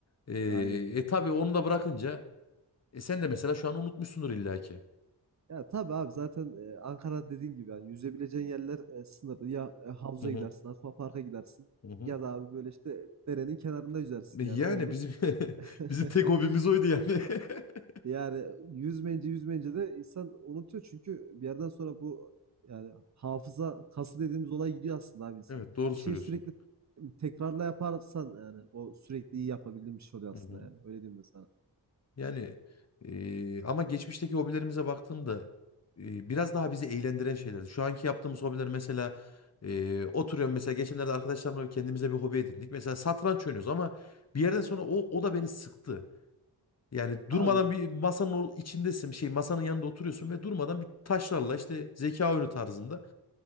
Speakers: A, on the left; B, on the right.
A: E,
B: Aynen.
A: e tabii onu da bırakınca e, sen de mesela şu an unutmuşsundur illaki.
B: Ya tabii abi zaten e, Ankara dediğin gibi yani yüzebileceğin yerler e, sınırlı. Ya e, havuza
A: Hı hı,
B: gidersin, aquaparka gidersin
A: hı hı.
B: ya da abi böyle işte derenin kenarında yüzersin
A: E Yani
B: yani o olur.
A: bizim <laughs> bizim
B: <laughs>
A: tek hobimiz oydu yani. <laughs>
B: Yani yüzmeyince yüzmeyince de insan unutuyor çünkü bir yerden sonra bu yani hafıza kası dediğimiz olay gidiyor aslında abi insanın.
A: Evet doğru
B: Bir
A: söylüyorsun.
B: şey sürekli tekrarla yaparsan yani o sürekli iyi yapabildiğin bir şey oluyor aslında
A: Hı hı.
B: yani öyle diyeyim ben sana.
A: Yani e, ama geçmişteki hobilerimize baktığımda e, biraz daha bizi eğlendiren şeylerdi. Şu anki yaptığımız hobiler mesela e, oturuyorum mesela geçenlerde arkadaşlarımla kendimize bir hobi edindik. Mesela satranç oynuyoruz ama bir yerden sonra o, o da beni sıktı. Yani durmadan
B: Abi
A: bir masanın or- içindesin, şey masanın yanında oturuyorsun ve durmadan bir taşlarla işte zeka oyunu tarzında